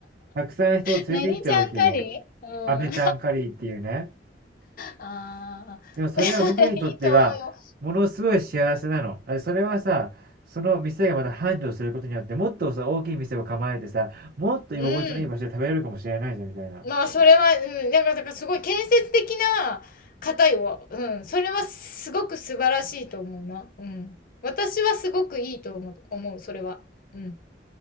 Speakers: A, on the right (about 55°); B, on the left (about 50°).
A: たくさん人を連れて行っちゃうわけよ。
B: 何ちゃんかりうん。
A: 飴ちゃんカリーっていうね。
B: ああ、
A: でもそれは僕にとっては、
B: <laughs> いいと思うよ。
A: ものすごい幸せなの。あそれはさ、その店がまた繁盛することによって、もっとさ、大きい店を構えてさ、もっと居心地のいい場所で食べれるかもしれないじゃん、
B: うん。うん。
A: みたいな。
B: まあ、それは、うん、なんか、だからすごい建設的な方よ。うん。それはすごく素晴らしいと思うな。うん。私はすごくいいと思う、思う、それは。うん。